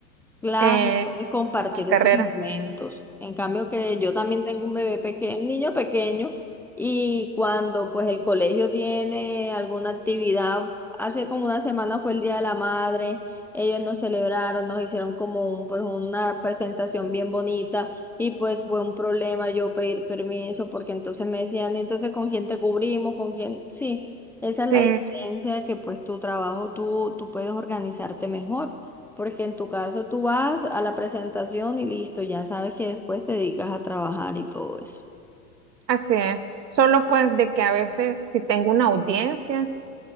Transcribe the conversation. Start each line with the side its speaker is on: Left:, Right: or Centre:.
Centre: Claro,
Right: eh,
Centre: puedes compartir
Right: mi carrera.
Centre: esos momentos. En cambio que yo también tengo un bebé pequeño, un niño pequeño, y cuando pues el colegio tiene alguna actividad, hace como una semana fue el Día de la Madre, ellos nos celebraron, nos hicieron como un, pues una presentación bien bonita y pues fue un problema yo pedir permiso porque entonces me decían, "¿Y entonces con quién te cubrimos, con quién, sí, esa es la
Right: Sí,
Centre: diferencia que pues tu trabajo tú, tú puedes organizarte mejor. Porque en tu caso tú vas a la presentación y listo, ya sabes que después te dedicas a trabajar y todo eso.
Right: así es. Solo pues de que a veces si tengo una audiencia